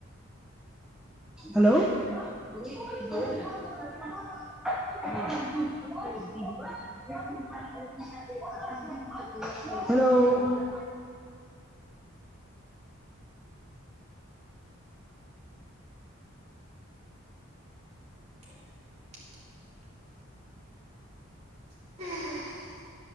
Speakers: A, in the centre; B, on the right.
A: Hello? <unintelligible> Hello.
B: কেলে চেক চক উম!